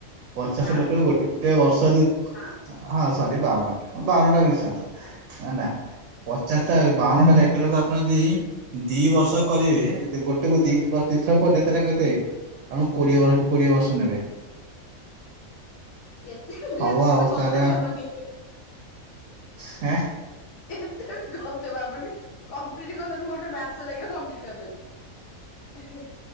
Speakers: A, on the right; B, on the left.
A: ପଚାଶ
B: ବାଉନ
A: ଲେଟରକୁ ଗୋଟେ ବର୍ଷ ଦି
B: ହଁ
A: ଆଁ ହଁ ସରି ବାଉନଟା ହଁ ବାଉନଟା ମିଶାନ୍ତୁ।
B: ହଁ
A: ଅନା ପଚାଶଟା ଏ ବାଉନଟା ଲେଟରକୁ ଆପଣ ଯଦି ଦି ବର୍ଷ କରିବେ ଯଦି ଗୋଟେକୁ ଦି ବ ଦିଥର ପଇଲେ ତାହେଲେ କେତେ। ଆମୁକୁ କୋଡିଏ <unintelligible> କୋଡିଏ ବର୍ଷ ନେବେ।
B: ଏତେ
A: ହଉ
B: ଗୁ ଏତେ
A: ଆଉ
B: ବି ଗଧ
A: ତାହେଲେ
B: ହବନି।
A: ହେଁ
B: ଏତେ ଗଧ ଭାବନି କମ୍ପ୍ଲିଟି କରିଦେବି ଗୋଟେ ମାସ ଲାଗିବ କମ୍ପ୍ଲିଟି କରିଦେବି। ଏହେଁ।